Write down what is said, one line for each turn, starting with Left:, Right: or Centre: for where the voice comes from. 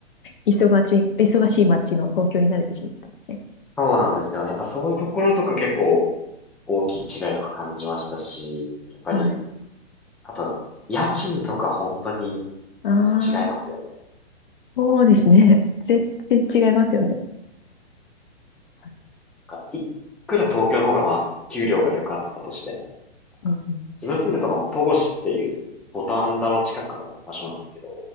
Left: 忙しい、忙しい街の東京に慣れてしまったんですね。
Centre: そうなんですよね。やっぱそういうところとか結構、大きい違いとか感じましたし、やっぱり、
Left: はい。
Centre: あと、家賃とか本当に
Left: あ
Centre: 全然違いますよね。
Left: あ、そうですね。全然違いますよね。はい
Centre: なんかいくら東京の方がまあ、給料が良かったとしても、
Left: うんうん
Centre: 自分住んでたの、戸越っていう五反田の近くの場所なんですけど、